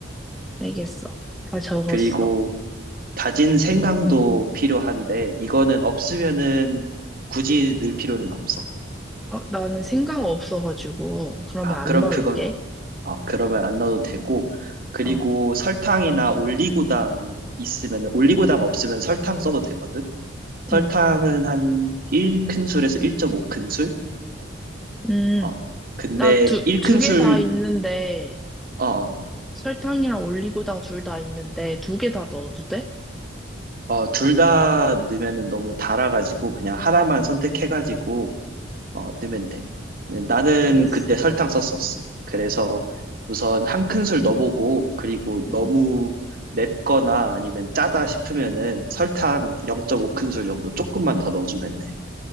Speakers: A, in the centre; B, on the right (about 50°).
A: 알겠어. 다 적었어.
B: 그리고 다진 생강도 필요한데 이거는 없으면은 굳이 넣을 필요는 없어.
A: 어, 나는 생강 없어가지고, 그러면
B: 아
A: 안
B: 그럼
A: 넣을게.
B: 그건 어 그러면 안 넣어도 되고 그리고
A: 어,
B: 설탕이나 올리고당 있으면은 올리고당 없으면 설탕 써도 되거든. 설탕은
A: 응,
B: 한 1큰술에서 1.5큰술
A: 응.
B: 어, 근데
A: 나 두,
B: 1큰술,
A: 두 개 다 있는데,
B: 어,
A: 설탕이랑 올리고당 둘 다 있는데, 두 개 다 넣어도 돼?
B: 어, 둘 다 넣으면은 너무 달아가지고 그냥 하나만 선택해가지고 어, 넣으면 돼. 나는
A: 알겠어.
B: 그때 설탕 썼었어. 그래서 우선 한 큰술 넣어보고 그리고 너무
A: 응,
B: 맵거나 아니면 짜다 싶으면은 설탕 0.5큰술 정도 조금만 더 넣어주면 돼.